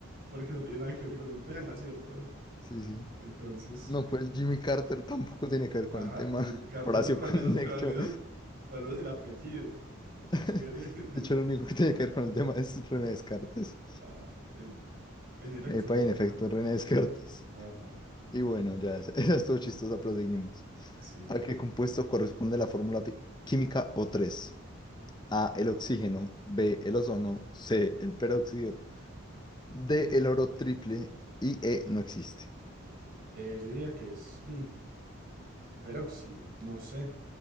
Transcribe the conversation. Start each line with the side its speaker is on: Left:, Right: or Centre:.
Right: porque no tiene nada que ver con el tema, ¿cierto?
Left: Sí, sí.
Right: Entonces.
Left: No, pues Jimmy Carter tampoco tiene que ver con
Right: Ajá,
Left: el tema.
Right: Jimmy Carter,
Left: Horacio
Right: no, pero
Left: Conejo.
Right: al menos, pero al menos, al menos el apellido.
Left: <laughs>
Right: Tiene, <laughs>
Left: De
Right: tiene
Left: hecho,
Right: un
Left: lo
Right: poco.
Left: único que tiene que ver con el tema es René Descartes.
Right: Ajá, en, en efecto,
Left: Epa,
Right: René
Left: y en
Right: Descartes.
Left: efecto, René
Right: Ajá.
Left: Descartes.
Right: Ajá,
Left: Y bueno, ya, <laughs> esa esa estuvo
Right: y
Left: chistosa,
Right: es-
Left: pero seguimos.
Right: Sí,
Left: ¿A qué
Right: dale.
Left: compuesto corresponde la fórmula pi- química O3? A, el oxígeno, B, el ozono, C, el peróxido, D, el oro triple y E, no existe.
Right: Eh, yo diría que es mm, peróxido, no sé,